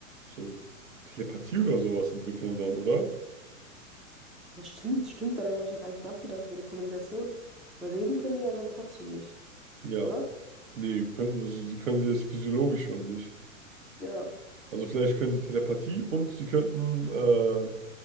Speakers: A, on the right (about 70°); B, in the centre.
A: so Telepathie oder sowas entwickeln dann, oder?
B: Ja, stimmt, stimmt. Darüber habe ich ja gar nicht nachgedacht, über die Kommunikation. Weil reden können die ja dann trotzdem nicht,
A: Ja,
B: oder?
A: nee, können, also sie können sie jetzt physiologisch schon nicht.
B: Ja.
A: Also vielleicht können sie Telepathie und sie könnten äh,